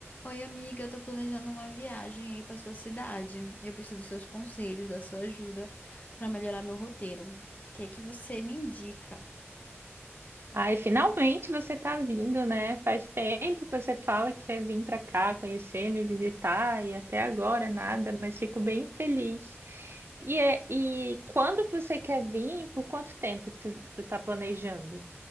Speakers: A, on the left; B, on the right.
A: Oi, amiga, eu tô planejando uma viagem aí pra sua cidade. Eu preciso dos seus conselhos, da sua ajuda pra melhorar meu roteiro. O que é que você me indica?
B: Ai, finalmente você tá vindo, né? Faz tempo que você fala que quer vir para cá conhecer, me visitar e até agora nada, mas fico bem feliz. E, é, e quando que você quer vir? Por quanto tempo que tu, tu tá planejando?